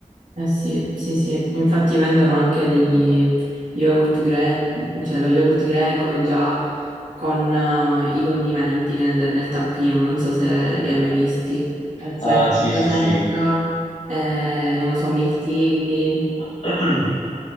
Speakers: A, on the right (about 80°); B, on the left (about 60°).
A: Eh sì, sì, sì, infatti vendono anche degli yogurt greco, cioè lo yogurt greco già con eh, i condimenti nel, nel tappino, non so se li hai mai visti. E c'è
B: Ah,
A: frutta
B: sì, sì,
A: secca,
B: sì.
A: eh, non lo so, mirtilli,
B: <clears throat>